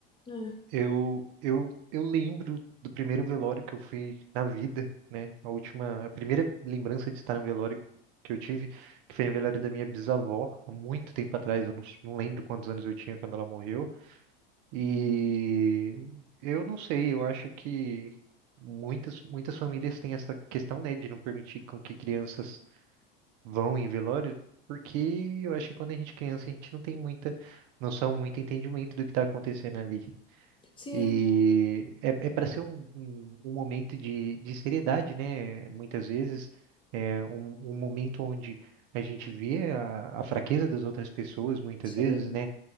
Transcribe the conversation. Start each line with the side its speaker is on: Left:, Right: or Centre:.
Left: é.
Right: Eu, eu, eu lembro do primeiro velório que eu fui na vida, né? A última, a primeira lembrança de estar no velório que eu tive, que foi no velório da minha bisavó, há muito tempo atrás, eu não, s- não lembro quantos anos eu tinha quando ela morreu. E eu não sei, eu acho que muitas, muitas famílias têm essa questão, né, de não permitir com que crianças vão em velório, porque eu acho que quando a gente é criança, a gente não tem muita noção, muito entendimento do que está acontecendo ali.
Left: Sim,
Right: E é, é para ser um, um, um momento de, de seriedade, né? Muitas vezes, é um, um momento onde a gente vê a, a fraqueza das outras pessoas, muitas
Left: Sim,
Right: vezes, né?